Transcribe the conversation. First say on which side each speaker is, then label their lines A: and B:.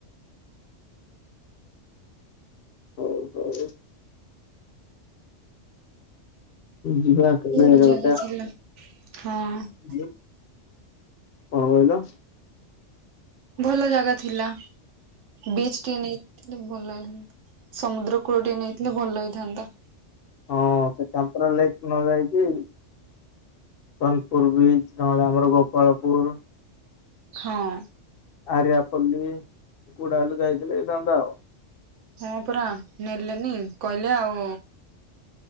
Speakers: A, on the left; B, on the right.
A: ହଉ ହଉ। ଯିବା କେବେ
B: ଭଲ
A: ଏରବଟା
B: ଜାଗା ଥିଲା। ହଁ
A: ହୁ କଣ କହିଲ?
B: ଭଲ ଜାଗା ଥିଲା ବିଚ୍ ଟିଏ ନେଇଥିଲେ ଭଲ ହେଇଥାନ୍ତା। ସମୁଦ୍ର କୂଳଟିଏ ନେଇଥିଲେ ଭଲ ହେଇଥାନ୍ତା।
A: ହଁ ସେ କ୍ୟାମ୍ପରା ଲେକ୍ ନ ଯାଇକି ସୋନପୁର ବିଚ ନଲେ ଆମରଗୋପାଳପୁର
B: ହଁ
A: ଆରଆପଲୀ କୁଡ଼ାଲେ କାଇଚଥିଲେ ଦାଧ <unintelligible>
B: ହଁ ପରା ନେଲେନି, କହିଲେ ଆଉ